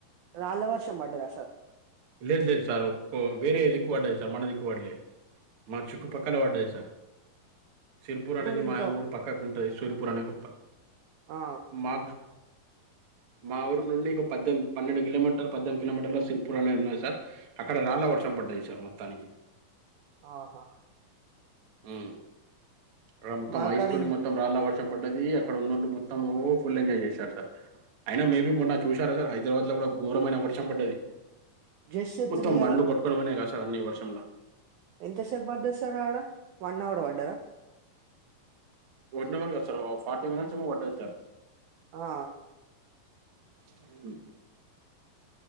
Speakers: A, on the right (about 80°); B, on the right (about 60°).
A: రాళ్ళ వర్షం పడ్డదా సార్
B: లేద్ లేదు సార్ ఒక్కో వేరే దిక్కు పడ్డయి సార్ మన దిక్కు పడ్లే. మా చుట్టుపక్కల పడ్డది సార్ సిర్పూర్ అనేది
A: ఇప్పుడు
B: మా
A: ఇంకా
B: ఊర్ పక్కకుంటది సిర్పూర్ అనే గొప్ప
A: ఆ,
B: మాక్ మా ఊర్ నుండి ఇంకో పద్దెమ్ పన్నెండు కిలోమీటర్ పద్దెనిమిది కిలోమీటర్లో సిర్ ర్పూర్ అనేద్ ఉన్నాయి సార్ అక్కడ రాళ్ళ వర్షం పడ్డది సార్ మొత్తానికి
A: ఆహా
B: మ్ అక్కడ మొత్తం
A: మాకాడ
B: ఐస్తోని మొత్తం రాళ్ళ వర్షం పడ్డదీ అక్కడ ఉన్నోళ్లు మొత్తము ఫుల్ ఎంజాయ్ చేశాారు సార్ అయినా మేబీ మొన్న చూసారా సార్ హైదరాబాద్లో కూడా ఘోరమైన వర్షం పడ్డది.
A: జస్ట్
B: మొత్తం
A: త్రీ
B: బండ్లు కొట్కొని పోయినయి కదా సార్ అన్ని వర్షంల
A: ఎంతసేప్ పడ్డద్ సార్ ఆడ వన్ అవర్ పడ్డదా
B: వన్ అవర్ కాద్ సార్ ఫార్టీ మినిట్స్ ఏమో పడ్డది సార్
A: ఆ
B: అవు